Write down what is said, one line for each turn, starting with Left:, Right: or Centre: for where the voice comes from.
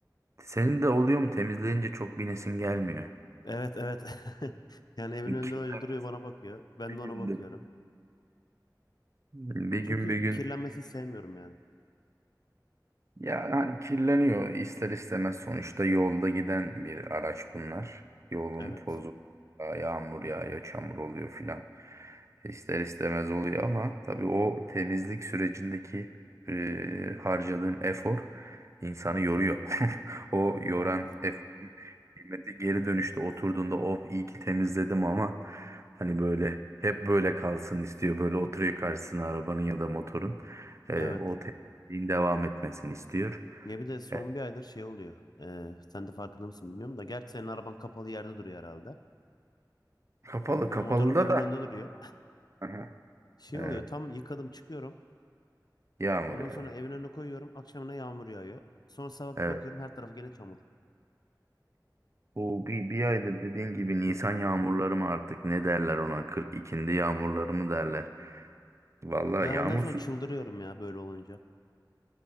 Right: senin de oluyor mu temizleyince çok binesin gelmiyor.
Left: Evet evet. <laughs> Yani evin önünde
Right: Kirlenmez.
Left: öyle duruyor bana bakıyor. Ben
Right: Bir
Left: de ona
Right: günde.
Left: bakıyorum.
Right: Bir gün
Left: Çünkü
Right: bir gün
Left: kirlenmesini sevmiyorum yani.
Right: Ya hani kirleniyor ister istemez sonuçta yolda giden bir araç bunlar. Yolun
Left: Evet.
Right: tozu, yağmur yağıyor, çamur oluyor filan. İster istemez oluyor ama tabii o temizlik sürecindeki e, harcadığın efor insanı yoruyor. <laughs> O yoran
Left: Evet.
Right: eforun kıymeti geri dönüşte oturduğunda oh iyi ki temizledim ama hani böyle hep böyle kalsın istiyor. Böyle oturuyor karşısına arabanın ya da motorun. E,
Left: Evet.
Right: o din devam etmesini istiyor.
Left: Ya bir de son
Right: E,
Left: bir aydır şey oluyor. Ee, sen de farkında mısın bilmiyorum da. Gerçi senin araban kapalı yerde duruyor herhalde.
Right: kapalı
Left: Benim
Right: kapalıda
Left: motorum evin
Right: da
Left: önünde duruyor.
Right: Aha,
Left: Şey
Right: evet,
Left: oluyor tam yıkadım çıkıyorum.
Right: yağmur
Left: Ondan
Right: yağıyor.
Left: sonra evin önüne koyuyorum. Akşamına yağmur yağıyor. Sonra sabah
Right: Evet.
Left: bir bakıyorum her tarafı gene çamur.
Right: Bu bir, bir aydır dediğin gibi Nisan
Left: Hı.
Right: yağmurları mı artık ne derler ona 42'nde yağmurları mı derler. Vallahi
Left: Ben
Right: yağmursuz
Left: ondan sonra çıldırıyorum ya böyle olunca.